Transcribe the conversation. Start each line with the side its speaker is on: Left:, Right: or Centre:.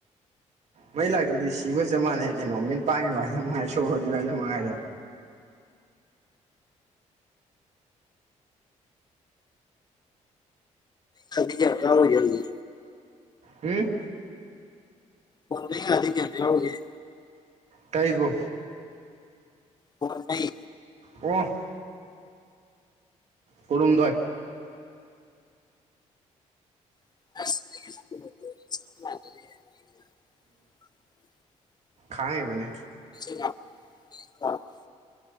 Right: ꯃꯩ ꯂꯥꯛꯇꯗꯤ ꯁꯤꯕꯒ ꯆꯞ ꯃꯥꯟꯅꯩ ꯀꯩꯅꯣ ꯃꯤꯠ ꯄꯥꯡꯉꯤꯕ ꯍꯥꯏꯗꯨ ꯃꯉꯥꯏ ꯁꯣꯔ ꯍꯣꯜꯂꯤꯕ ꯍꯥꯏꯗꯨ ꯃꯉꯥꯏꯔꯦ
Left: ꯊꯕꯤ ꯌꯥꯝ ꯀꯥꯎ ꯒꯜꯗꯤ
Right: ꯍꯝ
Left: ꯑꯣ <unintelligible> ꯌꯥꯎꯔꯤꯒꯦ
Right: ꯀꯩꯕꯨ
Left: ꯍꯣ ꯅꯩ
Right: ꯑꯣ ꯀꯨꯜꯍꯨꯝꯗꯣꯏ
Left: <inaudible>
Right: ꯊꯥꯔꯤꯕꯅꯦ
Left: <unintelligible> ꯃꯩꯁꯨ ꯂꯥꯛꯄ